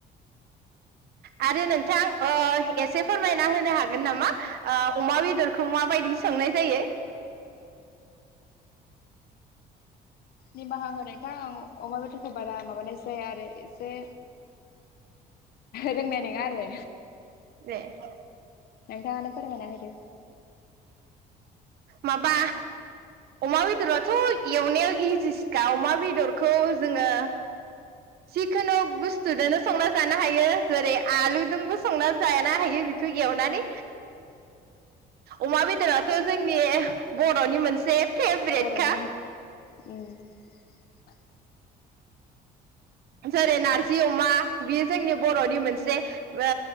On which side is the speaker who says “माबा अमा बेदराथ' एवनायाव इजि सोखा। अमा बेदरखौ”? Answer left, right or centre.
Right